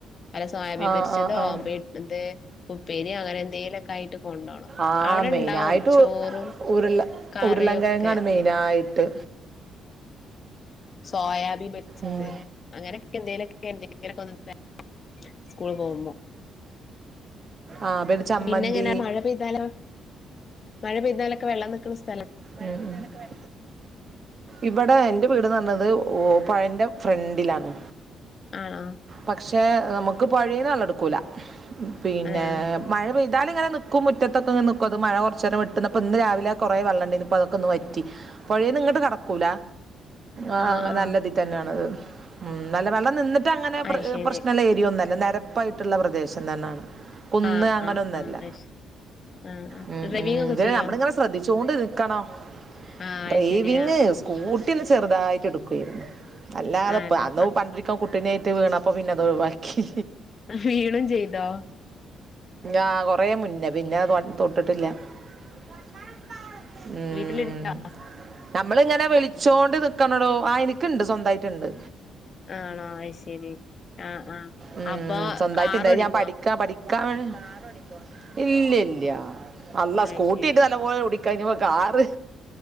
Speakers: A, on the left; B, on the right.
A: വല്ല സോയാബീൻ
B: ആഹ്
A: പൊരിച്ചതോ
B: ആഹ് ആഹ്
A: ബി എ ഉപ്പേരി അങ്ങനെ എന്തെലുമക്കെ ആയിട്ട് - കൊണ്ടോണം
B: ആഹ്
A: അവിടെ
B: മെയിനായിട്ട്
A: ഇണ്ടാവും ചോറും
B: ഉരുള
A: കറിയും
B: ഉരുളൻകിഴങ്ങാണ്
A: ഒക്കെ.
B: മെയിനായിട്ട്
A: സോയാബിൻ പൊരിച്ചത്.
B: ഉം
A: അങ്ങനെയൊക്കെ എന്തെലോക്ക ഒണ്ടെങ്കിൽ <unintelligible> എന്ത സ്കൂള് പോകുമ്പോ.
B: ആഹ് ചമ്മന്തി
A: പിന്നെ ഞാനാ മഴ പെയ് താലൊ മഴ പെയ്താലൊക്കെ വെള്ളം നിൽക്കണ സ്ഥല
B: അങ്ങനൊക്കെ. ഇവിടെ എന്റെ വീടെന്ന് പറഞ്ഞത് ഓ പൊഴന്റെ ഫ്രണ്ടിലാണ്.
A: ആണോ.
B: പക്ഷേ നമുക്ക് പൊഴെന്ന് വെള്ളടുകൂല്ല പിന്നെ-
A: ഏഹ്
B: മഴ പെയ്താല് ഇങ്ങെ നിക്കും മുറ്റത്തൊക്കെ ഇങ്ങെ നിക്കും അത് മഴ കൊറച്ച് നേരം വിട്ട്ന്നപ്പോ ഇന്ന് രാവിലെ കുറേ വെള്ളണ്ടയ്ന്ന് ഇപ്പ അതൊക്കെ ഒന്ന് വറ്റി. പോഴെന്ന് ഇങ്ങട്ട് കടക്കൂല. ആ
A: ആഹ് ആഹ്
B: നല്ലതിൽ തന്നെയാണ്ത് ഉ നല്ല വെള്ളം നിന്നിട്ട് അങ്ങനെ-
A: അയ് ശരി
B: പ്രശ്നവുള്ള ഏരിയ ഒന്നുല്ല നേരപ്പായിട്ടുള്ള പ്രദേശം തന്നെണ്. കുന്ന്
A: ആഹ്
B: അങ്ങന
A: ആഹ്
B: ഒന്നുമല്ല
A: ആഹ് അയ് ശ ആഹ് ആഹ്
B: ഉം
A: ഡ്രൈവിംഗ്
B: ഉം
A: ഒക്കെ
B: ഉം
A: ചെയ്യോ
B: നമ്മള ഇങ്ങനെ സ് ശ്രദ്ധിച്ചൊണ്ട് നിക്കണം
A: ആഹ്
B: ഡ്രൈവിങ്
A: അയ് ശരിയാ
B: സ്‌ക്കുട്ടി ഒന്ന് ചെറുതായിട്ട് എടുക്കുവയിരുന്നു അല്ലാതെ
A: ആനോ
B: അന്ന് പണ്ടിരിക്ക കുട്ടീനേട്ട് വീണ അപ്പൊ പിന്നെ അത് ഒഴിവാക്കി.
A: വീണും ചെയ്തോ
B: ആ കൊറ മുന്നേ പിന്നെ ഞാ തൊട്ടിട്ടില്ല. മ്മ്. <unintelligible>
A: വീട്ടിലുണ്ടോ
B: നമ്മളിങ്ങനെ വിളിച്ചോണ്ട് നിക്കണടോ ആ എനിക്കുണ്ട് സ്വന്തമായിട്ട് ഇണ്ട്
A: ആണോ അത് ശരി ആഹ് ആഹ്
B: ഉം
A: അപ്പൊ
B: സ്വന്തമായിട്ട്ണ്ടായിട്ട്
A: കാറോടിക്കോ
B: ഞാൻ പഠിക്കാ പഠി കാറ് ഓടിക്കോ ഇല്ല ഇല്ല അള്ളാ
A: അയ്
B: സ്കൂട്ടിട്ട്
A: ശരി
B: നല്ലപോലെ ഓടി കഴിഞ്ഞപ്പം കാറ്